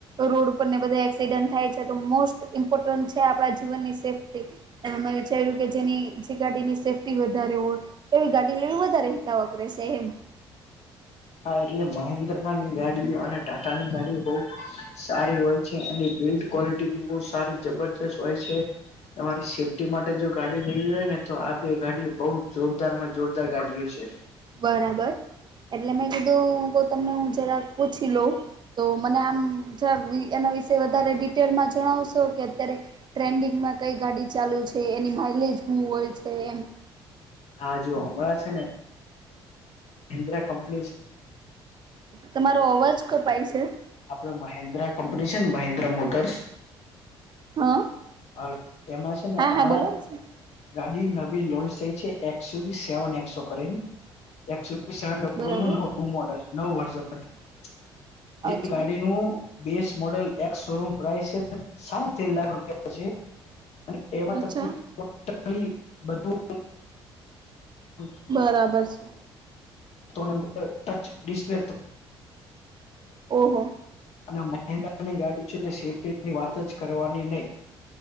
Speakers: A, on the right; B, on the left.
A: રોડ ઉપર ને બધા એક્સિડન્ટ થાય છે તો મોસ્ટ ઇમ્પોર્ટન્ટ છે આપણા જીવનની સેફ્ટી. અને મેં વિચાર્યું કે જેની જે ગાડીની સેફ્ટ વધારે હોય એવી ગાડીને વધારે હિતાવક રહેશે એમ.
B: હા એટલે મહેન્દ્રા ની ગાડી અને ટાટાની ગાડીઓ બઉ સારી હોય છે એ બિલ્ડ ક્વલિટી બી બહ સારી જબરજસ્ત હોય છે. તમારી સેફ્ટી માટે જો ગાડી લેવી હોય ને તો આ બી ગાડી બઉુ જોરદાર માં જોરદાર ગાડી હશે.
A: બરાબર એટલે મેં કીધું તમને હું જરાક પૂછી લઉં. તો મને આમ એના વિશે વધારે ડિટેલમાં જણાવશો કે અત્યારે? ટ્રેન્ડિંગમાં કઈ ગાડી ચાલુ છે એની માઇલેજ શું હોય છે એમ.?
B: હ જો હમણાં છે ને.? <unintelligible> કંપની છે.
A: તમારો અવાજ કપાય છે.
B: આપડે મહેન્દ્રા કંપની છે ને મહેન્દ્રા મોટર્સ
A: હા
B: હાલ એમાં છે ને
A: હા
B: હમણાં
A: હા બોલો
B: જ
A: ને
B: ગાડી નવી લોન્ચ થઈ છે. એકસો સેવન એકસો કરેલી એકસો ડબર
A: બરાબર
B: નું નવું મોડલ નવું વર્ઝન હત
A: અચ્છા
B: એ ગાડી નું બેસ મોડેલ એક શોરૂમ પ્રાઇસ છે. સાડા તેર લાખ રૂપિયા. અને એમાં
A: અચ્છા
B: તમને ટોટલી-' બધું. <inaudible>
A: બરાબર છે.
B: અંદર ટચ ડિસ્પ્લે
A: ઓહો.
B: અને મહેન્દ્રાની ગાડી છે. એટલે સેફ્ટીની વાત જ કરવાની નહી.